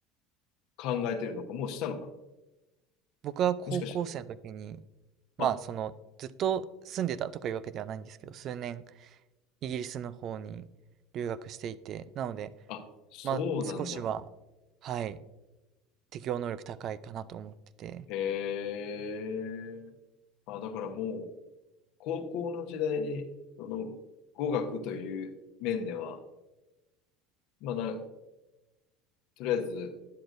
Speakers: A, on the left; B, on the right.
A: 考えてるのか、もうしたのかな
B: 僕は高校生の時に、
A: もしかして。
B: まあそのずっと住んでたとかいうわけではないんですけど、
A: あ、
B: 数年イギリスの方に留学していて、なので、
A: あ、そうなんだ。
B: まあ少しは、はい、適応能力高いかなと思ってて、
A: へえ。あ、だからもう、高校の時代に、その、語学という面では、まあな、とりあえず、